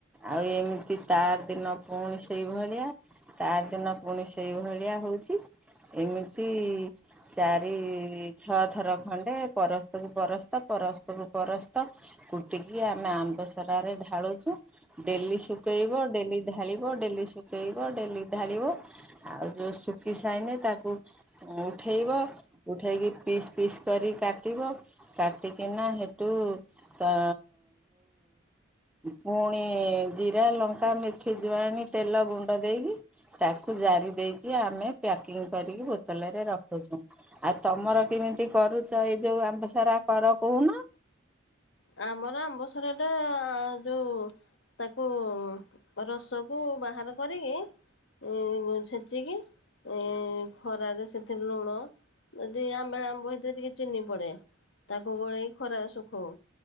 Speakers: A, in the centre; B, on the left (about 65°).
A: ଆଉ ଏମିତି ତାର ଦିନ ପୁଣି ସେଇଭଳିଆ ତାର ଦିନ ପୁଣି ସେଇଭଳିଆ ହଉଛି। ଏମିତି ଚାରି ଛଅଥର ଖଣ୍ଡେ ପରସ୍ତକୁ ପରସ୍ତ ପରସ୍ତକୁ ପରସ୍ତ କୁଟିକି ଆମେ ଆମ୍ବସରାରେ ଢାଳୁଛୁ। ଡେଲି ଶୁଖେଇବ ଡେଲି ଢାଳିବ ଡେଲି ଶୁଖେଇ ବ ଡେଲି ଢାଳିବ ଆଉ ଯୋଉ ଶୁଖି ସାଇନେ ତାକୁ ଉଠେଇବ ଉଠେଇକି ପିସ୍ ପିସ୍ କରି କାଟିବ କାଟିକିନା ହେଠୁ ତ ପୁଣି ଜିରା ଲଙ୍କା ମେଥି ଜୁଆଣି ତେଲ ଗୁ ଡ ଦେଇକି ତାକୁ ଜାରି ଦେଇକି ଆମେ ପ୍ୟାକିଂ କରିକି ବୋତଲରେ ରଖୁୁଚୁ। ଆଉ ତମର କେମିତି କରୁଚ ଏଇ ଯୋଉ ଆମ୍ ସାରା କର କୋହୁନ।
B: ଆମର ଆମ୍ବ ସରଟା ଯୋଉ ତାକୁ ରସକୁ ବାହାର କରିକି। ଉ ଛେଚିକି ଉ ଖରାରେ ସେଥିରେ ଲୁଣ ଯଦି ଆମ୍ବିଳା ଆମ୍ବ ହେଇଥେ ଟିକେ ଚିନି ପଡେ। ତାକୁ ଗୋଳେଇ ଖରା ଶଖ୍ ହଉ।